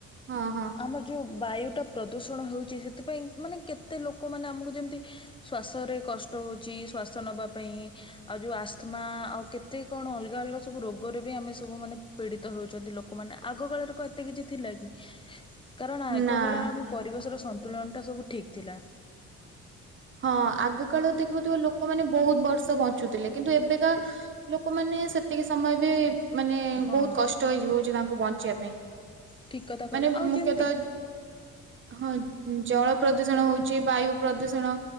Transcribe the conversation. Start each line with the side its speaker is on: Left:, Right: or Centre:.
Right: ହଁ, ହଁ
Left: ଆମର ଯୋଉ ବାୟୁଟା ପ୍ରଦୂଷଣ ହେଉଛି, ସେଥିପାଇଁ ମାନେ କେତେ ଲୋକମାନେ ଆମକୁ ଯେମିତି। ଶ୍ଵାସରେ କଷ୍ଟ ହଉଛି, ଶ୍ଵାସ ନବା ପାଇଁ ଆଉ ଯୋଉ ଆସ୍ଥମା ଆଉ କେତେ କଣ ଅଲଗା ଅଲଗା ସବୁ ରୋଗରେ ଆମେ ସବୁ ମାନେ ପୀଡିତ ହଉଛନ୍ତି, ଲୋକମାନେ ଆଗ କାଳରେ କଣ ଏତେ କିଛି ଥିଲା କି? କାରଣ ଆଗକାଳରେ
Right: ନା
Left: ଆମ ପରିବେଶର ସନ୍ତୁଳନଟା ସବୁ ଠିକ୍ ଥିଲା।
Right: ହଁ ଆଗ କାଳ ଦେଖିଥିବ ଲୋକମାନେ ବହୁତ ବର୍ଷ ବଞ୍ଚୁଥିଲେ, କିନ୍ତୁ ଏବେକା ଲୋକମାନେ ସେତିକି ସମୟ ବି ମାନେ
Left: ହଁ
Right: ବହୁତ କଷ୍ଟ ହେଇଯିବ ହଉଛି ତାଙ୍କୁ ବଞ୍ଚିବା ପାଇଁ।
Left: ଠିକ୍ କଥା କହିଲ
Right: ମାନେ
Left: ଆଉ
Right: ମୁଖ୍ୟତଃ,
Left: ଯେମିତି
Right: ହଁ ଜଳ ପ୍ରଦୂଷଣ ହଉଛି, ବାୟୁ ପ୍ରଦୂଷଣ,